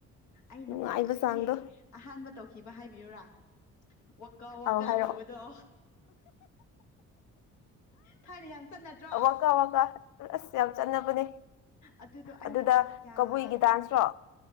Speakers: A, on the left (about 65°); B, on the left (about 80°).
A: ꯑꯩꯅ
B: ꯅꯨꯡꯉꯥꯏꯕ
A: ꯈ꯭ꯋꯥꯏꯗꯒꯤ
B: ꯆꯥꯡꯗꯣ
A: ꯑꯍꯥꯟꯕ ꯇꯧꯈꯤꯕ ꯍꯥꯏꯕꯤꯌꯨꯔꯥ ꯋꯥꯀꯥ ꯋꯥꯀꯥ
B: ꯑꯧ ꯍꯥꯏꯔꯛꯑꯣ
A: ꯇꯧꯕꯗꯣ ꯊꯥꯏꯅ ꯌꯥꯝ ꯆꯠꯅꯗ꯭ꯔꯣ
B: ꯋꯥꯀꯥ ꯋꯥꯀꯥ ꯑꯁ ꯌꯥꯝ ꯆꯠꯅꯕꯅꯦ
A: ꯑꯗꯨꯗꯣ ꯑꯩꯅ
B: ꯑꯗꯨꯗ
A: ꯀ꯭ꯂꯥꯁ ꯀꯌꯥ
B: ꯀꯕꯨꯏꯒꯤ
A: ꯀꯥꯔꯝ
B: ꯗꯥꯟꯁ꯭ꯔꯣ